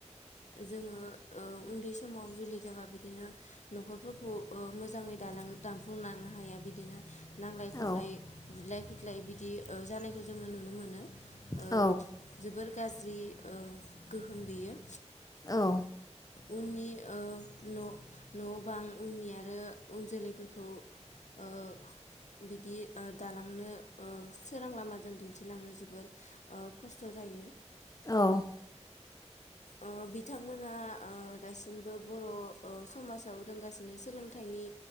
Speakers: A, on the left; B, on the left.
A: जोङो ओ उन्दै समाव जुलि जाबा बिदिनो नखरफोरखौ ओ मोजाङै दालां दानफ्लुंलांनो हाया बिदिनो नांलाय
B: औ
A: खमलाय बुदलाय खुदलाय <unintelligible> बिदि ओ जानायखौ जोङो नुनो मोनो। ओ
B: औ
A: जोबोर गाज्रि ओ गोहोम बियो।
B: औ।
A: उननि ओ न' न'-बां उननि आरो उन जोलैफोरखौ ओ बिदि ओ दालांनो ओ सोरां लामाजों दिन्थिलांनो जोबोर ओ खस्थ' जायो।
B: औ
A: ओ बिथांमोना ओ दासिमबो बर' ओ समाजाव दोंगासिनो सोलोंथाइनि